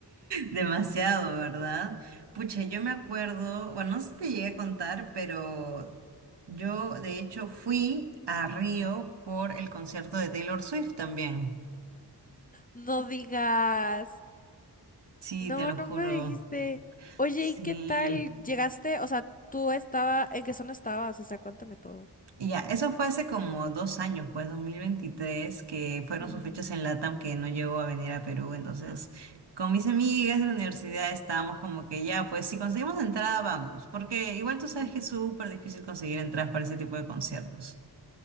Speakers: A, on the right; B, on the left.
A: Demasiado, ¿verdad? Pucha, yo me acuerdo, bueno, no sé si te llegué a contar, pero yo de hecho fui a Río por el concierto de Taylor Swift también.
B: No digas.
A: Sí,
B: No,
A: te lo
B: no
A: juro.
B: me dijiste. Oye,
A: Sí.
B: ¿y qué tal? ¿Llegaste? O sea, tú estaba, ¿en qué zona estabas? O sea, cuéntame todo.
A: Y ya, eso fue hace como dos años, pues 2023 que fueron
B: Ujú,
A: sus fechas en LATAM que no llegó a venir a Perú. Entonces, con mis amigas de la universidad estábamos como que ya, pues si conseguimos entrada, vamos. Porque igual tú sabes
B: ujú.
A: que es súper difícil conseguir entradas para ese tipo de conciertos.